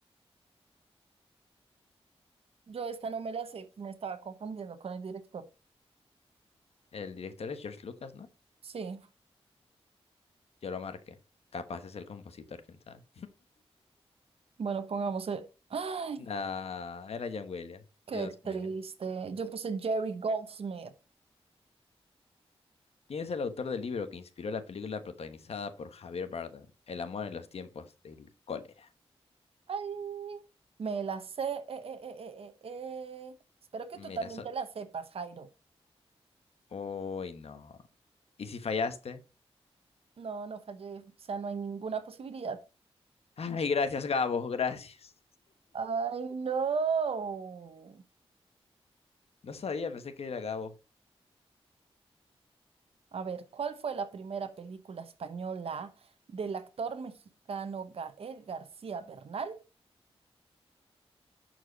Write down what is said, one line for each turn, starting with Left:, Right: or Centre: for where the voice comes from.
Right: Yo esta no me la sé. Me estaba confundiendo con el director.
Left: El director es George Lucas, ¿no?
Right: Sí.
Left: Yo lo marqué. Capaz es el compositor, quién sabe.
Right: Bueno, pongamos el... ¡Ay!
Left: Nah, era John Williams.
Right: ¡Qué
Left: Dios
Right: triste!
Left: mío.
Right: Yo puse Jerry Goldsmith.
Left: ¿Quién es el autor del libro que inspiró la película protagonizada por Javier Bardem? El amor en los tiempos del cólera.
Right: ¡Ay! Me la sé. eh, eh, eh, eh, eh, eh. Espero que
Left: Mira,
Right: tú también
Left: so...
Right: te la sepas, Jairo.
Left: Uy, no. ¿Y si fallaste?
Right: No, no fallé. O sea, no hay ninguna posibilidad.
Left: Ay, gracias, Gabo, gracias.
Right: <laughs> ¡Ay, no!
Left: No sabía, pensé que era Gabo.
Right: A ver, ¿cuál fue la primera película española del actor mexicano Gael García Bernal?